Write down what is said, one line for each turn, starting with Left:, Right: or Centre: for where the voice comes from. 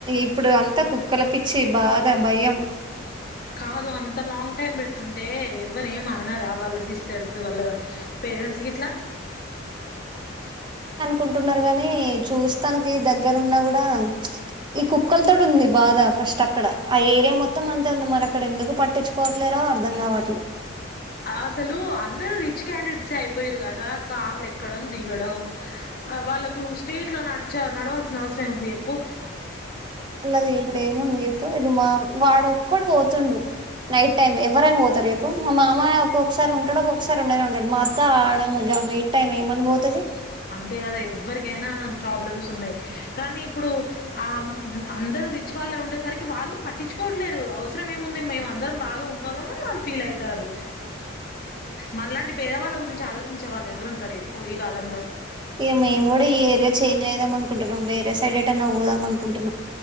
Right: ఇప్పుడు అంతా కుక్కల పిచ్చి బాధ భయం
Left: కాదు అంత లాంగ్ టైమ్ పెడుతుంటే ఎవరు ఏమ అన్నారా వాళ్ళు సిస్టర్స్ వాళ్ళ పేరెంట్స్ గిట్లా
Right: కుంటున్నారు గాని చూస్తానికి దగ్గరున్నా కూడా ఈ కుక్కలతోటి ఉంది బాధ ఫస్ట్ అక్కడ ఆ ఏరియా మొత్తం అంతే ఉంది మరి అక్కడ ఎందుకు పట్టించుకోవట్లేదో అర్ధం కావట్లేదు
Left: అసలు అందరుూ రిచ్ క్యాండిడేట్స్ అయిపోయారు కదా కార్లు ఎక్కడం దిగడం వాళ్ళకు స్టేట్ లో నడిచే నడవాల్సిన అవసరం ఎం ఉంది చేప్పు
Right: ది ఇప్పుడు ఏముంది ఎప్పు ఇ మా వాడు కూడా పోతుండు నైట్ టైమ్ ఎవరైనా పోతారు ఎప్పు మా మామయ ఒక్కొక్కసారి ఉంటాడు ఒక్కొక్కసారి ఉండని ఉండడు మా అ ఆడ మగా ఈట్ టైమ్ ఏమన్నా పోతది
Left: అంతే కదా ఎవ్వరికైనా ప్రాబ్లమ్స్ ఉన్నాయి కానీ ఇప్పుడు ఆ అందరుూ రిచ్ వాళ్ళే ఉండేసరికి వాళ్ళు పట్టించుకోవట్లేరు అవసరం ఏముంది మేము అందరం బాగా ఉండలో వాళ్ళు ఫీల్ అయితారు మనలాంటి పేదవాళ్ళ గురించి ఆలోచించ ఆచించే వాళ్ళు ఎవరు ఉంటారు చెప్పు ఈ కాలంలో
Right: ఇ మేము కూడా ఈ ఏరియా చేంజ్ అయదాం అనుకుంటున్నాం వేరే సైడ్ ఏటైన్నా పోదాం అనుకుంటున్నాం